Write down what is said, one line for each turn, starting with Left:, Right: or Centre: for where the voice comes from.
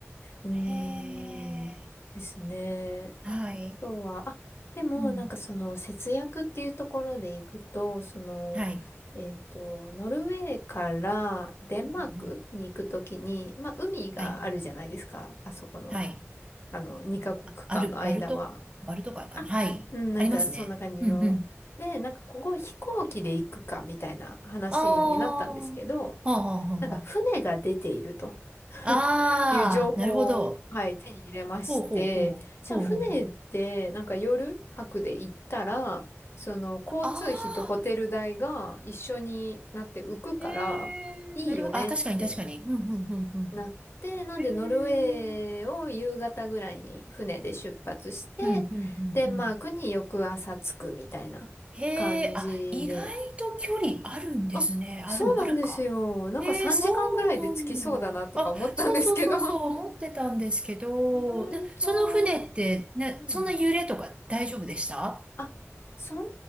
Left: うーん。
Right: へえ、
Left: ですね。
Right: はい、
Left: あとは、あ、でも、
Right: うん、
Left: なんかその節約っていうところでいくと、その、
Right: はい、
Left: えっと、ノルウェーからデンマークに行くときに、
Right: うん、うん、
Left: まあ、海があるじゃないですか。
Right: はい、
Left: あそこの、
Right: はい。
Left: あの、2カ国間の間は。
Right: ある、バルト、バルト海かな。
Left: あ、
Right: はい。
Left: うん、なんかそんな感じの。
Right: ありますね。うんうん。
Left: で、なんかここ飛行機で行くかみたいな話になったんですけど、
Right: ああ、はあはあはあは
Left: あなんか船が出ていると。<laughs>
Right: あ。
Left: いう情報を、
Right: ああ、なるほど。
Left: はい、手に入れまして、
Right: ほうほうほう。
Left: じゃあ船で、
Right: ほうほうほう。
Left: なんか夜泊で行ったら、その交通費とホテル代が一緒になって浮くから、
Right: ああ、ええーなるほど。
Left: いいよねって
Right: あ、確かに確かに。うんうんうんうん。
Left: なって、なんでノルウェーを夕方ぐらいに船で出発して、
Right: ええーうんうんうんうん。
Left: デンマークに翌朝着くみたいな感じで。
Right: へえ、あ、意外と距離あるんですね。
Left: あそうなんですよ。
Right: あ、でもあるか。
Left: なんか3時間ぐらいで着きそうだなとか思ったんですけど
Right: へえ、そうなんだ。あ、そうそうそうそう、思ってたんですけど、
Left: 意外と、
Right: で、その船って、ね、
Left: うん。
Right: そんな揺れとか大丈夫でした
Left: あ、その